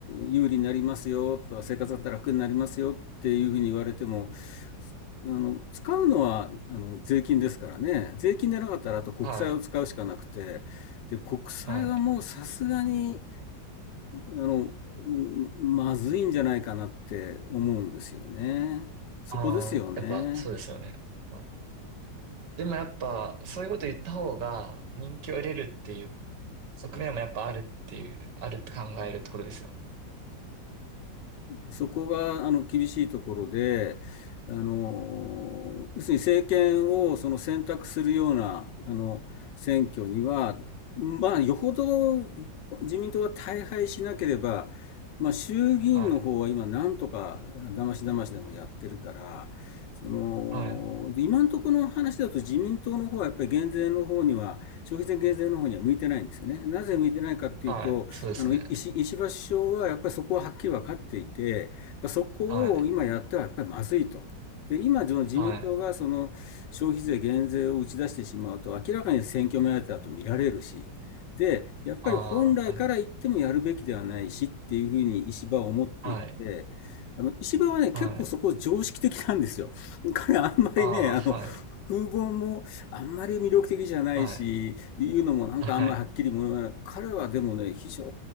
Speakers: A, on the left; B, on the right.
A: 有利になりますよとか、生活だったら楽になりますよっていうふうに言われても、あの、使うのは、あの、税金ですからね。税金でなかったら、あと国債を使うしかなくて、
B: はい、
A: で、国債はもうさすがに、
B: はい。
A: あの、まずいんじゃないかなって思うんですよね。そこですよね。
B: ああ、やっぱそうですよね。まあでもやっぱ、そういうこと言った方が人気を得れるっていう側面もやっぱあるっていう、あるって考えるってことですよね。
A: そこが、あの、厳しいところで、あの、要するに政権をその選択するような、あの、選挙には、まあ、よほど自民党が大敗しなければ、まあ、衆議院の方は今、
B: はい、
A: なんとかだましだましでもやってるから、その、
B: はい、
A: で今のところの話だと自民党の方はやっぱり減税の方には、消費税減税の方には向いてないんですよね。なぜ向いてないかっていうと、
B: はい、そうですね。
A: あの、石石破首相はやっぱりそこははっきり分かっていて、そこを今やってはやっぱりまずいと。
B: はい、
A: で、今、その自民党がその消費税減税を打ち出してしまうと、
B: はい、
A: 明らかに選挙目当てだと見られるし、で、やっぱり本来から言ってもやるべきではないしっていうふうに石破は思っていて、
B: ああ、はい、はい、はい、
A: あの、石破はね、結構そこ常識的なんですよ。
B: はい、
A: <laughs> 彼あんまりね、
B: ああ、
A: あの、
B: はい、
A: 風貌もあんまり魅力的じゃないし、
B: はい、
A: いうのもなんかあんまりはっきりも言わない。
B: はい、
A: 彼はでもね、非常